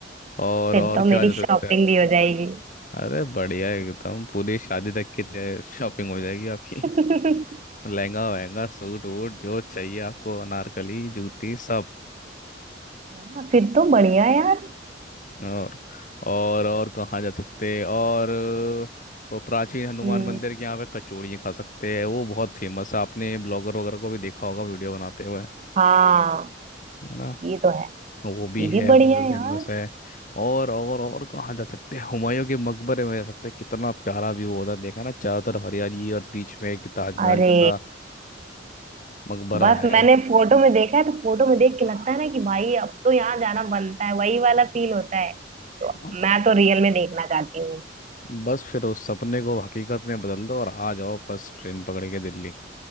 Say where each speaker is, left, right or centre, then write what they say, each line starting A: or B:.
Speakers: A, on the left (about 45°); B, on the right (about 35°).
A: और
B: फिर
A: और
B: तो
A: क्या
B: मेरी
A: जा सकता
B: शॉपिंग
A: है
B: भी हो जाएगी
A: अरे बढ़िया एकदम पूरी शादी तक की शॉपिंग हो जाएगी आपकी
B: <laughs>
A: <laughs> लहंगा वहंगा सूट वूट जो चाहिए आपको अनारकली जूती सब
B: हाँ, फिर तो बढ़िया यार
A: और और और कहाँ जा सकते हैं और प- प्राचीन हनुमान
B: हम्म
A: मंदिर के यहाँ पे कचौड़ी खा सकते हैं वो बहुत फेमस है आपने ब्लॉगर वगैरह को भी देखा होगा वीडियो बनाते हुए
B: हाँ
A: है ना
B: ये तो है
A: वो भी
B: ये
A: है
B: भी बढ़िया
A: बहुत
B: है
A: फेमस
B: यार
A: है और और और कहाँ जा सकते हैं हुमायूं के मकबरे में जा सकते हैं कितना प्यारा व्यू होता है देखा ना चारों तरफ हरियाली और बीच में एक ताजमहल
B: अरे
A: जैसा मकबरा
B: बस
A: है
B: मैंने फोटो में देखा है तो फोटो में देख के लगता है ना कि भाई अब तो यहाँ जाना बनता है वही वाला फील होता है तो
A: हाँ, तो
B: मैं तो रियल में देखना चाहती हूँ
A: बस फिर उस सपने को हकीकत में बदल दो और आ जाओ बस ट्रेन पकड़ के दिल्ली